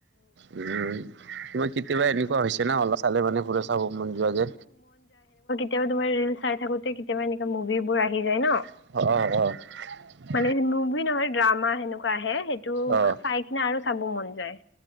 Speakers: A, on the right (about 80°); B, on the left (about 80°).
A: উম তুম কেতিয়াবা এনেকুৱা হৈছে না অলপ চালে মানে পুৰা চাব মন যোৱা যে?
B: কেতিয়াা তোমাৰ ৰিল চাই থাকোতে কেতিয়াবা এনেুৱা মুভিবোৰ আহি যায় ন
A: অ', অ', অ।
B: মানে মুভি নহয় ড্ৰামা সেনেকুৱা আহে সেইটো
A: অ অ
B: চাই কিনে আৰু চাব মন যায়।